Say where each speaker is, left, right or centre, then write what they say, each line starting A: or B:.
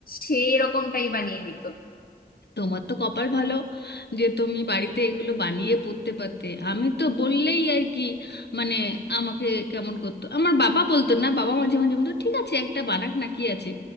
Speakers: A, on the left; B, on the left.
A: সেই রকমটাই বানিয়ে দিত
B: তোমার তো কপাল ভালো যে তুমি বাড়িতে এগুলো বানিয়ে পরতে পারতে আমি তো বললেই আর কি মানে আমাকে কেমন করতো আমার বাবা বলতো না বাবা মাঝে মাঝে বলতো ঠিক আছে একটা বানাক না কি আছে